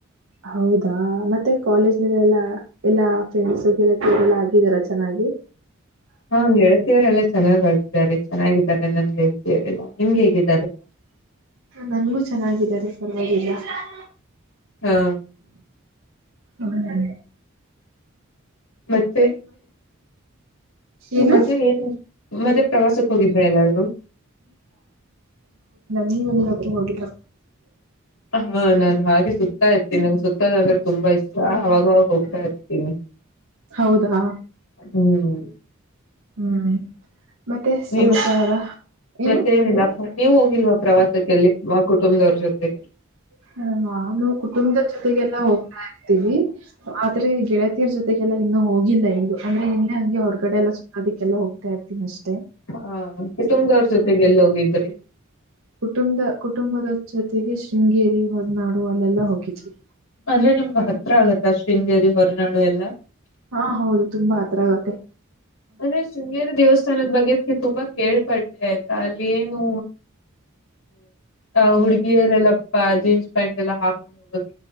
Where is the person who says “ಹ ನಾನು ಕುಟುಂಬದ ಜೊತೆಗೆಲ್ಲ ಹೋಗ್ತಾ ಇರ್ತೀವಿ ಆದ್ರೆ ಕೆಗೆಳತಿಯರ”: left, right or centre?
Right